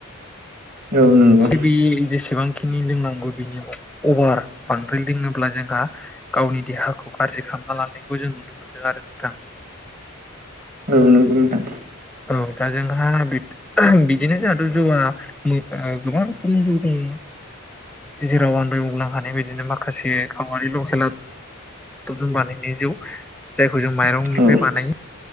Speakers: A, on the right (about 40°); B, in the centre.
A: औ नंगौ
B: बि बि जेसेबां ख खिनि लोंनांगौ बिनि अभार बांद्राय लोङोब्ला जोंहा गावनि देहाखौ गारजि खालामना लानायखौ जों नुनो मोनदों आरो नोंथां।
A: औ नोंगौ नोंथां।
B: औ दा जोंहा बिद ओहो बिदिनो जान जौआ मो ओ गोबां रोखोमनि जौ दं जेराव आं दहाय बुंलांखांनाय बायदिनो माखासे गावारि ल' सोल'। <unintelligible> बानायनाय जौ। जायखौ जों माइरंनिफ्राय
A: औ
B: बानायो